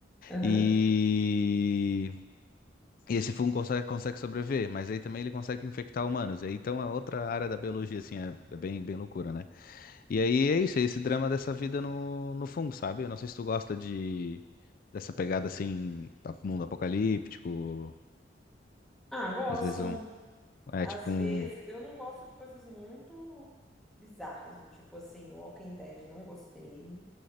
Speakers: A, in the centre; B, on the left (about 50°).
A: Aham.
B: E e esse fungo consegue, consegue sobreviver, mas aí também ele consegue infectar humanos. E aí, então é outra área da biologia, assim, é, é bem, bem loucura, né? E aí é isso, é esse drama dessa vida no, no fungo, sabe? Eu não sei se tu gosta de dessa pegada assim, a- mundo apocalíptico,
A: Ah, gosto.
B: às vezes um. É
A: Às
B: tipo
A: vezes,
B: um.
A: eu não gosto de coisas muito bizarras, do tipo assim, Walking Dead não gostei.